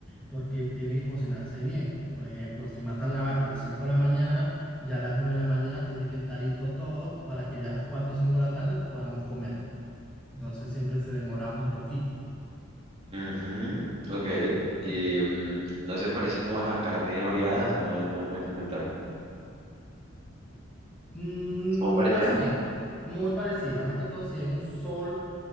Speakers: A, in the centre; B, on the right.
A: porque tiene que cocinarse bien. Por ejemplo, si matan la vaca a las 5 de la mañana, ya a las 9 de la mañana tiene que estar listo todo para que ya a las 4 o 5 de la tarde podamos comer. Entonces siempre se demora un poquito.
B: Ujú, Ok. Y mm, no se parece como bueno, a la carne oreada, alguna vez me, me comentaron.
A: Mm,
B: ¿Es como parecida?
A: más o menos, muy parecida. Más que todo, si hay un sol,